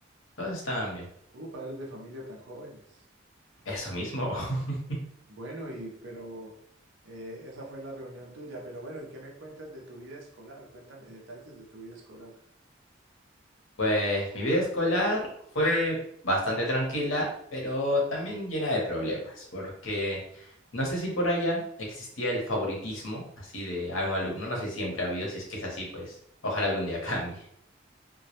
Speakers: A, on the left; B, on the right.
A: todos estaban bien.
B: Uh, padres de familia tan jóvenes.
A: Eso mismo. <laughs>
B: Bueno, y pero eh, esa fue la reunión tuya, pero bueno, ¿y qué me cuentas de tu vida escolar? Cuéntame detalles de tu vida escolar.
A: Pues mi vida escolar fue bastante tranquila, pero también llena de problemas, porque no sé si por allá existía el favoritismo así de algún alumno, no sé si siempre ha habido, si es que es así, pues ojalá algún día <laughs> cambie.